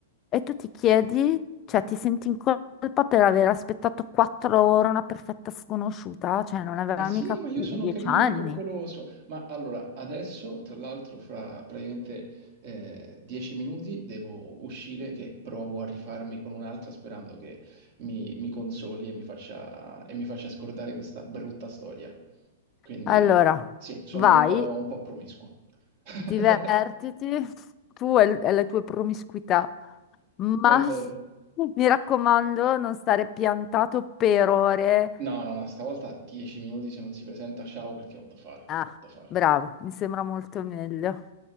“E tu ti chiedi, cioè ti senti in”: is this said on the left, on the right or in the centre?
Left